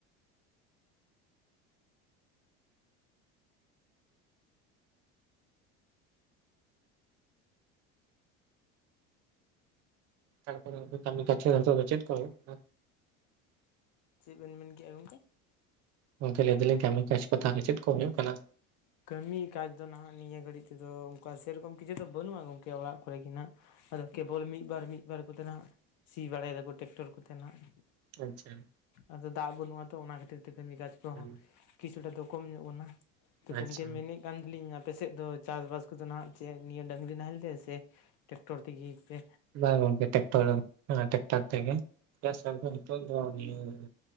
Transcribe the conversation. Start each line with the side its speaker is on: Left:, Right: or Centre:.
Right: ᱛᱟᱨᱯᱚᱨᱮ ᱚᱱᱛᱮ ᱠᱟᱢᱤ ‌ᱠᱟᱪᱷᱮ ᱱᱤᱛᱚᱜ ᱫᱚ ᱪᱮᱫ ᱠᱚ ᱦᱩᱭᱩᱜ ᱠᱟᱱᱟ?
Left: ᱪᱤᱜ ᱵᱮᱱ ᱢᱮᱱ ᱠᱮᱜ-ᱟ ᱜᱚᱝᱠᱮ?
Right: ᱜᱚᱝᱠᱮ ᱞᱟᱹᱭ ᱫᱟᱹᱞᱤᱧ ᱠᱟᱢᱤ ᱠᱟᱪᱷ ᱠᱚ ᱛᱟᱦᱚᱞᱮ ᱨ ᱪᱮᱫ ᱠᱚ ᱦᱳᱭᱳᱜ ᱠᱟᱱᱟ?
Left: ᱠᱟᱹᱢᱤ ᱠᱟᱡᱽ ᱫᱚ ᱱᱟᱦᱸᱟᱜ ᱱᱤᱭᱟᱹ ᱜᱷᱟᱹᱲᱤᱡ ᱛᱮᱫᱚ ᱚᱱᱠᱟ ᱥᱮ ᱨᱚᱠᱚᱢ ᱠᱤᱪᱷᱩ ᱫᱚ ᱵᱟᱹᱱᱩᱜ-ᱟ ᱜᱚᱝᱠᱮ ᱚᱲᱟᱜ ᱠᱚᱨᱮ ᱜᱮ ᱱᱟᱦᱟᱸᱜ ᱟᱫᱚ ᱠᱮᱵᱚᱞ ᱢᱤᱫ ᱵᱟᱨ ᱢᱤᱫ ᱵᱟᱨ ᱠᱚ ᱫᱚ ᱱᱟᱦᱟᱸᱜ ᱥᱤ ᱵᱟᱲᱟᱭ ᱫᱟᱠᱚ ᱴᱮᱠᱴᱚᱨ ᱠᱚᱛᱮ ᱱᱟᱦᱟᱸᱜ᱾
Right: ᱟᱪᱷᱟ᱾
Left: ᱟᱫᱚ ᱫᱟᱜ ᱵᱟᱹᱱᱩᱜ-ᱟ ᱛᱚ ᱚᱱᱟ ᱠᱷᱟᱹᱛᱤᱨ ᱛᱮ ᱠᱟᱹᱢᱤ ᱠᱟᱡᱽ ᱠᱚᱦᱚᱸ
Right: ᱦᱩᱸ,
Left: ᱠᱤᱪᱷᱩ ᱴᱟᱜ ᱫᱚ ᱠᱚᱢ ᱧᱚᱜ ᱠᱚᱱᱟ᱾ ᱛᱚ
Right: ᱟᱪᱪᱷᱟ
Left: ᱜᱚᱢᱠᱮ ᱢᱮᱱᱮᱜ ᱠᱟᱱ ᱛᱮᱦᱮᱱ ᱞᱤᱧ ᱟᱯᱮ ᱥᱮᱜ ᱫᱚ ᱪᱟᱥᱼᱵᱟᱥ ᱠᱚᱫᱚ ᱱᱟᱦᱟᱸᱜ ᱪᱮᱫ ᱱᱤᱭᱟᱹ ᱰᱟᱹᱝᱨᱤ ᱱᱟᱦᱮᱞ ᱛᱮ ᱥᱮᱼᱼ ᱴᱮᱠᱴᱚᱨ ᱛᱤᱜᱤ ᱯᱮᱼᱼ
Right: ᱵᱟᱝ ᱜᱚᱝᱠᱮ ᱴᱮᱠᱴᱚᱨ ᱚᱱᱟ ᱴᱮᱠᱴᱟᱨ ᱛᱮᱜᱮ ᱪᱮᱫᱟᱜ ᱥᱮ ᱟᱞᱮ ᱫᱚ ᱱᱤᱛᱚᱜ ᱫᱚ ᱤᱭᱟᱹᱼᱼ ᱦᱩᱸ